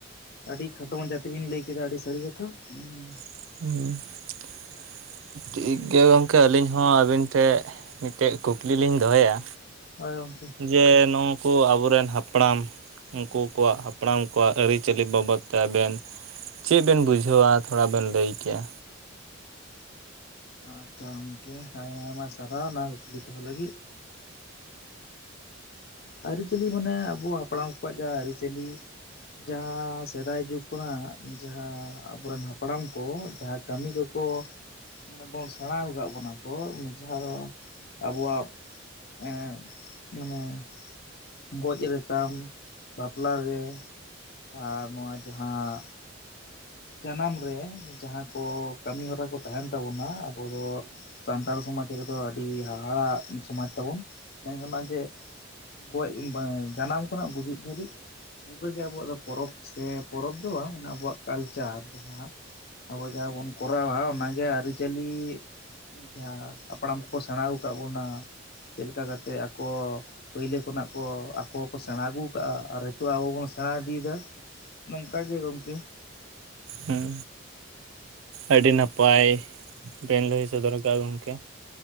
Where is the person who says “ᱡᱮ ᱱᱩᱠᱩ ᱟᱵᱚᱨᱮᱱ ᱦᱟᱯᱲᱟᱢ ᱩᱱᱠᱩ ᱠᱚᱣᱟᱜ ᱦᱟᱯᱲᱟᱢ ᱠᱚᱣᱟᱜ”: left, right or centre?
Right